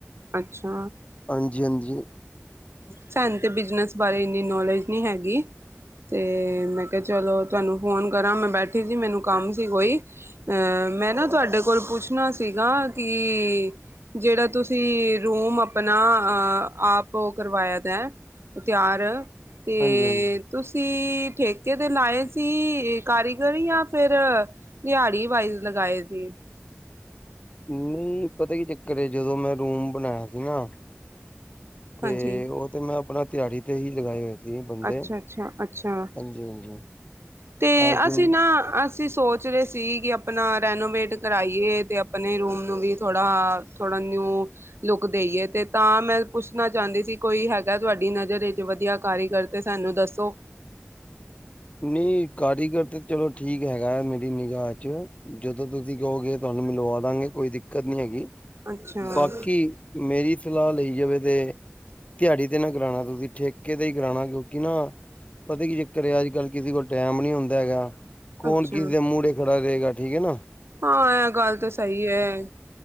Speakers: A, on the right; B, on the left.
A: ਅੱਛਾ।
B: ਹਾਂਜੀ-ਹਾਂਜੀ
A: ਸਨ ਤੇ ਬਿਜਨਸ ਬਾਰੇ ਇੰਨੀ ਨੌਲੇਜ ਨਹੀਂੀ ਹੈਗੀ ਤੇ ਮੈਂ ਕਿਹਾ ਚਲੋ ਤੁਹਾਨੂੰ ਫ਼ੋਨ ਕਰਾਂ ਮੈਂ ਬੈਠੀ ਸੀ ਮੈਨੂੰ ਕੰਮ ਸੀ ਕੋਈ ਮੈਂ ਨਾ ਤੁਹਾਡੇ ਕੋਲ ਪੁੱਛਣਾ ਸੀਗਾ ਕਿ ਜਿਹੜਾ ਤੁਸੀਂ ਰੂਮ ਆਪਣਾ ਆਪ ਕਰਵਾਇਆ ਦਾ ਤਿਆਰ ਤੇ
B: ਹਾਂਜੀ ਹਾਂਜੀ।
A: ਤੁਸੀਂ ਠੇਕੇ ਤੇ ਲਾਏ ਸੀ ਕਾਰੀਗਰ। ਜਾਂ ਫ਼ਿਰ ਦਿਹਾੜੀ ਵਾਇਜ਼ ਲਗਾਏ ਸੀ।
B: ਨਹੀਂ ਪਤਾਂ ਕੀ ਚੱਕਰ। ਜਦੋਂ ਮੈਂ ਰੂਮ ਬਣਾਇਆਂ ਸੀ ਨਾ। ਤੇ
A: ਹਾਂਜੀ
B: ਉਹ ਤੇ ਮੈਂ ਆਪਣਾਂ। ਦਿਹਾੜੀ ਤੇ ਹੀ ਲਗਾਏ ਹੋਏ ਸੀ। ਵੀ ਬੰਦੇ।
A: ਅੱਛਾ ਅੱਛਾ ਅੱਛਾ
B: ਹਾਂਜੀ ਹਾਂਜੀ
A: ਤੇ
B: ਐ ਜਿਮ
A: ਅਸੀਂ ਨਾ ਅਸ ਅਸੀਂ ਸੋਚ ਰਹੇਂ ਸੀ ਕਿ ਆਪਣਾਂ ਰੈਨੋਵੇਟ ਕਰਾਈਏ ਤੇ ਆਪਣੇਂ ਰੂਮ ਨੂੰ ਵੀ ਥੋੜਾਂ। ਥੋੜ੍ਹਾਂ ਨਿਊ ਲੁੱਕ ਦੇਈਏ ।ਤੇ ਤਾਂ ਮੈਂ ਪੁੱਛਣਾਂ ਚਾਹੁੰਦੀ ਸੀ। ਕੋਈ ਹੈਗਾ ਤੁਹਾਡੀ ਨਜ਼ਰ ਵਿੱਚ ਵਧੀਆਂ ਕਾਰੀਗਰ ਤੇ ਸਾਂਨੂੰ ਦੱਸੋਂ।
B: ਨਹੀਂ ਕਾਰੀਗਰ ਤੇ ਚਲੋਂ ਠੀਕ ਹੈਗਾ ਏ। ਮੇਰੀ ਨਿਗਾ ਵਿੱਚ ਜਦੋਂ ਤੁਸੀਂ ਕਹੋਗੇ ਤੁਹਾਂਨੂੰ ਮਿਲਵਾਂ ਦਾਂਗੇ ਕੋਈ ਦਿੱਕਤ ਨੀਂ ਹੈਗੀ।
A: ਅੱਛਾ
B: ਬਾਂਕੀ ਮੇਰੀ ਸਲਾਹ ਲਈ। ਜਿਵੇਂ ਤੇ ਦਿਹਾੜੀ ਤੇ ਨਾ ਕਰਾਉਣਾ। ਤੁਸੀਂ ਠੇਕੇ ਤੇ ਹੀ ਕਰਾਉਣਾਂ ਕਿਉਂਕਿ ਨਾ ਪਤਾਂ ਕੀ ਚੱਕਰ ਆ ਅੱਜ। ਅੱਜ਼ ਕੱਲ੍ਹ ਕਿਸ਼ੇ ਕੋਲ਼ ਟਾਇਮ ਨੀਂ ਹੁੰਦਾਂ ਹੈਗਾ। ਕੌਣ
A: ਅੱਛਾ
B: ਕਿਸੇ ਦੇ ਮੁਰੇ ਖ। ਕਰੇਗਾ ਠੀਕ ਹੈਂ ਨਾ।
A: ਹਾਂ ਇਹ ਗੱਲ਼ ਤਾਂ ਸਹੀ ਹੈਂ।